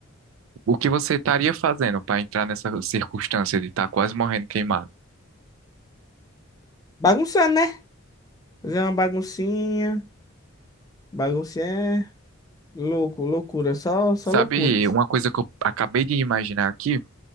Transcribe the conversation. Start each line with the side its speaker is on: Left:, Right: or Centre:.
Right: o que você estaria fazendo para entrar nessa circunstância de estar quase morrendo queimado?
Left: Bagunçando, né? Fazer uma baguncinha. Baguncinha é louco, loucura. Só, só
Right: Sabe
Left: loucuras.
Right: uma coisa que eu acabei de imaginar aqui?